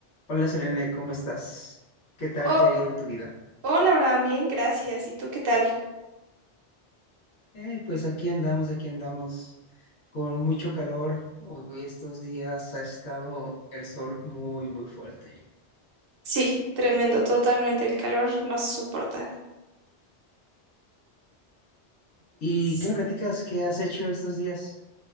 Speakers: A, on the left (about 90°); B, on the right (about 60°).
A: Hola Selene, ¿cómo estás? ¿Qué tal
B: Oh,
A: te ha ido en tu vida?
B: hola, Abraham, bien, gracias. ¿Y tú qué tal?
A: Eh, pues aquí andamos, aquí andamos, con mucho calor. Hoy estos días ha estado el sol muy, muy fuerte.
B: Sí, tremendo, totalmente. El calor no se soporta.
A: ¿Y
B: Sí.
A: qué me platicas? ¿Qué has hecho estos días?